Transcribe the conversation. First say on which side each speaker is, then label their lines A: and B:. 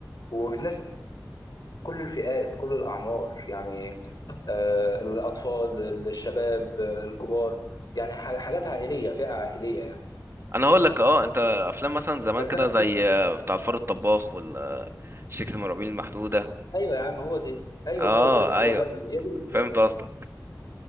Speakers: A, on the left; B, on the right.
A: وبتناسب كل الفئات كل الأعمار يعني آه، الأطفال الشباب آه، الكبار يعني ح- حاجات عائلية فئة عائلية يعني
B: انا هقول لك اه انت افلام مثلا زمان
A: بس
B: كده
A: أنا بقول-
B: زي آه، بتاع الفار الطباخ والشركة المرعبين المحدودة
A: أيوه يا عم هو دي أيوه
B: اه
A: هو ده هو
B: ايوه
A: ده ال- هي دي الإسلام
B: فهمت قصدك